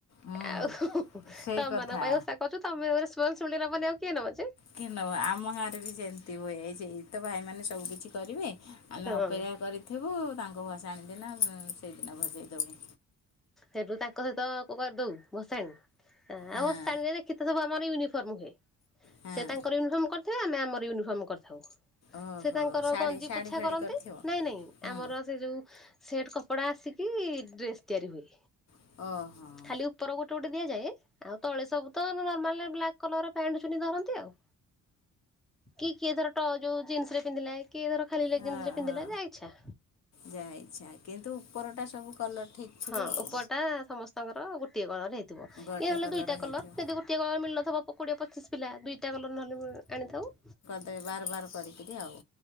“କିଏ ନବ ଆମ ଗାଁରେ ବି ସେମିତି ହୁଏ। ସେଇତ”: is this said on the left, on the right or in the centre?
Left